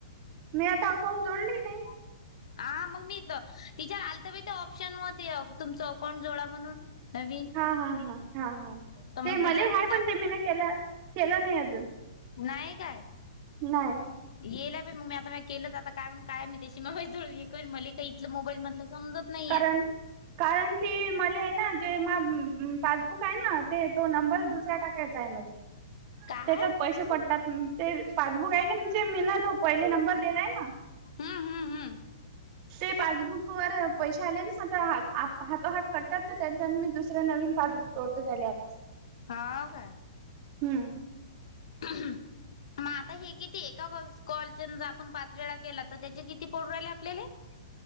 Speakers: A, on the right (about 40°); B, on the left (about 70°).
A: मी यात अकाउंट जोडलीई नाई.
B: <inaudible> हा, मग मी इथं,, ईचार आलतं बई ते ऑप्शन मते तुमचं अकाउंट जोडा म्हणून. नवीन
A: हा हा हा हा हा,
B: तर मग
A: ते
B: तिच्यावर
A: मले
B: मी
A: हाय
B: टाक
A: पण ते मीनं के केलं नाही अजून.
B: नाही काय?
A: नाही.
B: येला प मग मी आता मग केलं, आता काय म्हण काय मी त्या मगज एक मलिका इथलं मोबाईल मधलं समजत नाहीये
A: कारण कारण की मले आहे ना, जे मा पासबुक आहे ना, ते तो नंबर दुसऱा टाकायचा आहे मले.
B: काय
A: त्याच्यात पैसे पडतात. ते पासबुक आहेकी जे मिनं, पहिले नंबर दिलाय ना
B: हम्म हम्म हम्म
A: ते पासबुक वर पैसे आले ना आता, ह हातो हात करतात त्यांच्यान मी दुसरं नवीन पासबुक जोडतो त्याले आता. <inaudible>
B: हाऽऽ काय.
A: हम्म
B: ह <unintelligible> मग आता हे कितीय, एका कॉल आपण पाच वेळा केला तर त्याचे किती पडू राहिले आपल्याले. <inaudible>